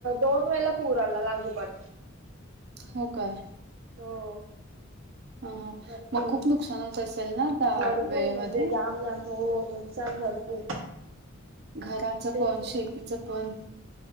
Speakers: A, on the right; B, on the right.
A: दोन वेला पूर आला लागोपाट.
B: हो काय?
A: हो
B: ह ह
A: भरपूर,
B: मग खूप नुकसान होत असेल ना त्या
A: भरपूर
B: वेळेमध्ये
A: म्हणजे जाम जाम. हो नुकसान भरपूर.
B: घराच
A: तेच
B: पण शेतीच पण